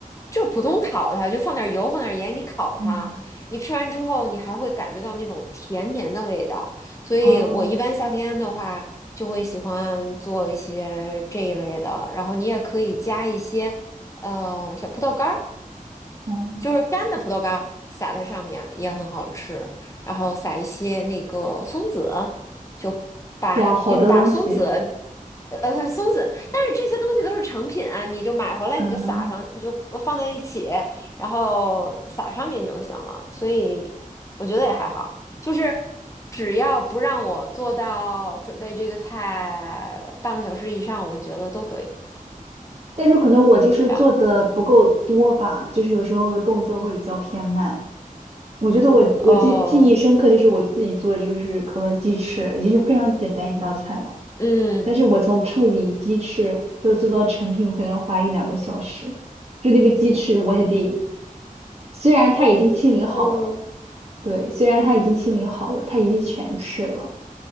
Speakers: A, on the left (about 20°); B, on the right (about 45°).
A: 就普通烤它，就放点油放点盐，你烤它，
B: 嗯，
A: 你吃完之后你还会感觉到那种甜甜的味道，所以我一般夏天的话就会喜欢做一些这一类的，
B: 哦
A: 然后你也可以加一些呃小葡萄干儿。
B: 哦，
A: 就是干的葡萄干儿撒在上面也很好吃，然后撒一些那个松子，就把因为把松子，
B: 哇，好多东西。
A: 呃，<laughs> 松子，但是这些东西都是成品啊，你就买回来你就撒上，
B: 嗯，
A: 你就不放在一起，然后撒上面就行了，所以我觉得也还好，就是只要不让我做到准备这个菜半个小时以上，我觉得都可以，
B: 但是可能我就是做的不够多吧，
A: 是这样。
B: 就是有时候动作会比较偏慢。我觉得我我记记忆深刻，
A: 哦，
B: 就是我自己做的就是可乐鸡翅，已经是非常简单一道菜了。
A: 嗯。
B: 但是我从处理鸡翅都做到成品，我可能要花一两个小时。就那个鸡翅，我还得，虽然它已经清理好了，
A: 哦，
B: 对，虽然它已经清理好了，它已经全翅了，